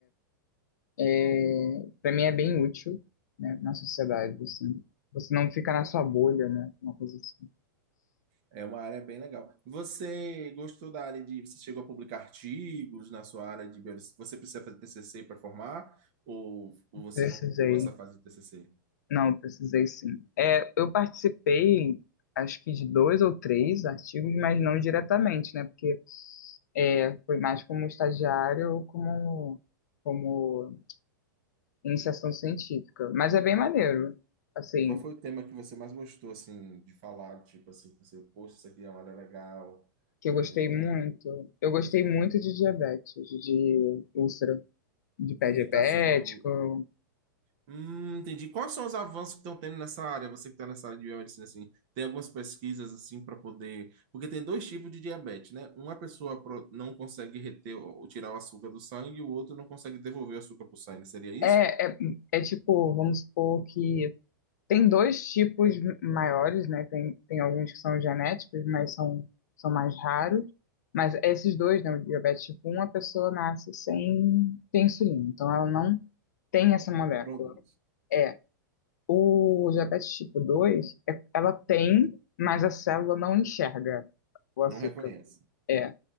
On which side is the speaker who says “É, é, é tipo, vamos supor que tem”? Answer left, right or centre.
Left